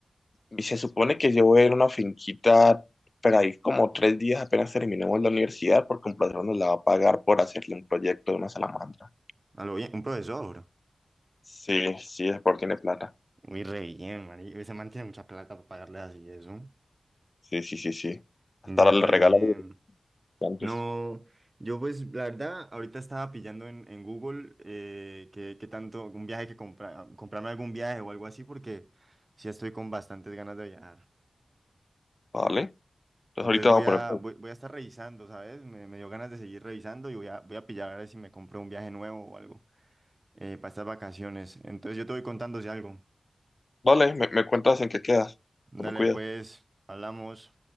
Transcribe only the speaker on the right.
A lo bien, un profesor, bro.
Muy re bien, man. Ese man tiene mucha plata para pagarle así eso.
Ve
re
bien.
No, yo pues la verdad, ahorita estaba pillando en, en Google eh, qué, qué tanto, algún viaje que comprar, comprarme algún viaje o algo así, porque sí estoy con bastantes ganas de viajar.
Entonces
voy
a,
voy, voy a estar revisando, ¿sabes? Me, me dio ganas de seguir revisando y voy a, voy a pillar a ver si me compro un viaje nuevo o algo eh, para estas vacaciones. Entonces yo te voy contando si algo.
Dale,
pues, hablamos.